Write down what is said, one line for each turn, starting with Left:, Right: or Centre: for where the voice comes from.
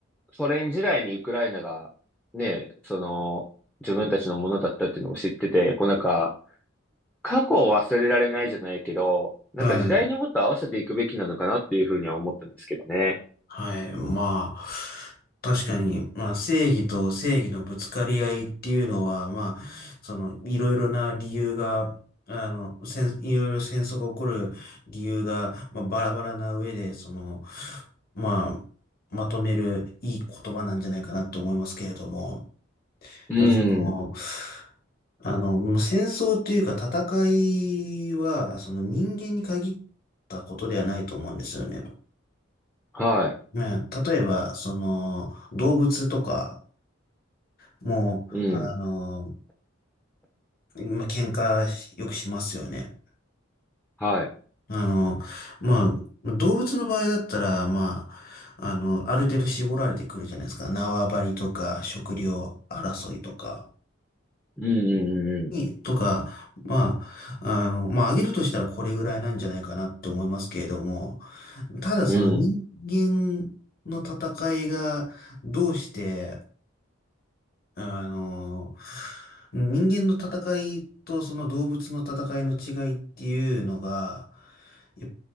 Centre: ソ連時代にウクライナが、ね、その、自分たちのものだったっていうのも知ってて、こうなんか、過去を忘れられないじゃないけど、なんか時代にもっと合わせていくべきなのかなっていうふうには思ってますけどね。
Left: はい。はい。まあ、確かに、まあ、正義と正義のぶつかり合いっていうのは、まあ、その、いろいろな理由が、あの、戦、いろいろ戦争が起こる理由が、まあ、バラバラな上で、その、まあ、まとめるいい言葉なんじゃないかなって思いますけれども。
Centre: うん。
Left: でもその、あの、もう戦争というか戦いは、その人間に限ったことではないと思うんですよね。
Centre: は
Left: まあ、例えば、その、動物とかも、
Centre: い。うん。
Left: あの、まあ、喧嘩よくしますよね。
Centre: はい。
Left: あの、まあ、動物の場合だったら、まあ、あの、ある程度絞られてくるじゃないですか。縄張りとか、食料争いとか。
Centre: うん、うん、
Left: に、とか、まあ、あの、まあ、上げるとしたらこれぐらいなんじゃないかなって思いますけれども、ただその人間の戦いがどうして、
Centre: うん、
Left: あの、人間の戦いとその動物の戦いの違いっていうのが、やっ